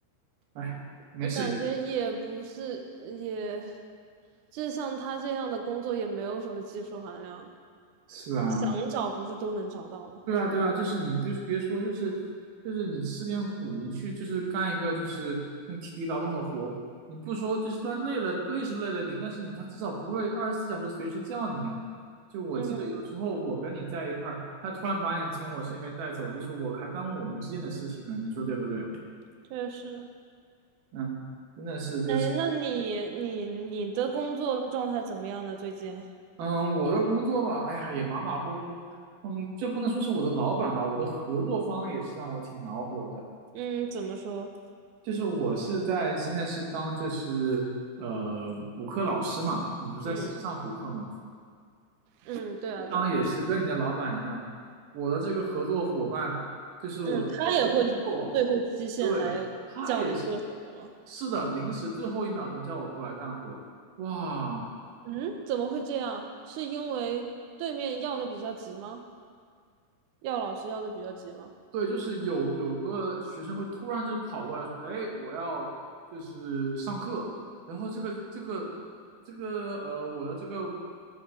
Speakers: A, on the right (about 65°); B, on the right (about 80°).
A: 哎，没事。
B: 我感觉也不是，也，就像他这样的工作也没有什么技术含量，
A: 是啊，
B: 想找不是都能找到吗？
A: 对啊，对啊，就是你别别说，就是就是你吃点苦，你去就是干一个就是用体力劳动的活，你不说就是虽然累了，累是累了点，但是你他至少不会二十四小时随时叫你啊。就我记得有时候我跟你在一块儿，
B: 嗯，
A: 他突然把你从我身边带走，就是我还耽误我们之间的事情呢，你说对不对？
B: 确实。
A: 嗯，真的是，这是，
B: 哎，那你你你的工作状态怎么样呢？最近？
A: 嗯，我的工作吧，哎呀，也马马虎虎，嗯，这不能说是我的老板吧，我的合作方也是让我挺恼火的。
B: 嗯，怎么说？
A: 就是我是在现在是当就是呃补课老师嘛，我不是在线上补课嘛，
B: 嗯嗯，对啊对啊，
A: 经常也是跟你的老板一样，我的这个合作伙伴就是我的合作机构，
B: 嗯，他也会最后期限来叫你做什么吗？
A: 对，他也是是的，临时最后一秒钟叫我过来干活，哇，
B: 嗯，怎么会这样？是因为对面要的比较急吗？要老师要的比较急吗？
A: 对，就是有有个学生会突然就跑过来说：“哎，我要就是上课。”然后这个这个这个呃，我的这个